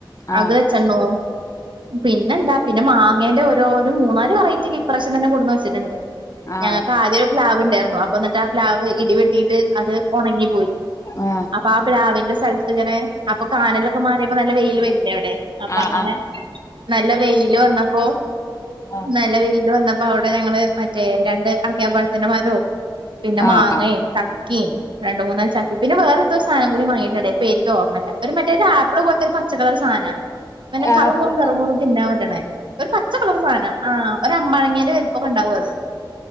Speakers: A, on the left; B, on the right.
A: ആഹ്
B: അത്
A: ആഹ്
B: വെച്ചെണ്ണോ പിന്നെന്താ പിന്നെ മാങ്ങേന്റെ ഓരോ ഒരു മൂന്നാല് വെറൈറ്റി ഇപ്രാവശ്യം തന്നെ കൊണ്ടന്ന് വെച്ചിട്ടുണ്ട്
A: ആഹ് ആഹ്
B: ഞങ്ങക്ക് ആദ്യം ഒരു പ്ലാവ് ഉണ്ടായിരുന്നു അപ്പ എന്നിട്ട് ആ പ്ലാവ് ഇടിവെട്ടിയിട്ട് അത് ഒണങ്ങി പ്പോയി
A: ആ
B: അപ്പാ പ്ലാവിന്റെ സ്ഥലത്ത് ഇങ്ങനെ അപ്പൊ കാനലൊക്കെ മാറിയപ്പോ നല്ല വെയില് വരില്ലേ അവിടെ അപ്പൊ അങ്ങനെ.
A: ആഹ് ആഹ്
B: നല്ല വെയില് വന്നപ്പോ
A: ആഹ്
B: നല്ല വെയില് വന്നപ്പോ. അപ്പം അവിടെ ഞങ്ങള് മറ്റേ രണ്ട് അ്ങ്ങ്യപ്പഴത്തിന്റെ മരോം പിന്നെ
A: ആഹ്
B: മാങ്ങയും ചക് കീം രണ്ടു മൂന്നാലു ചക്കി പിന്നെ വേ റെന്തോ ഒരു സാധനം കൂടി വാങ്ങിട്ടുണ്ട്. പേര് ക്കെനിക്കോർമ്മയില്ല. ഒരു മറ്റേതെ ആപ്പിളു പോലത്തെ ഒരു പച്ചക്കളറു സാധനാ നല്ല കറുമുറു
A: ആപ്പ്
B: കറുമുറു തിന്നാൻപറ്റണേഒരു പച്ചക്കളറെ സാധനം ആ ഒരമ്പഴങ്ങേന്റെ വലിപ്പൊക്കെ ഒ ണ്ടാവും അത്.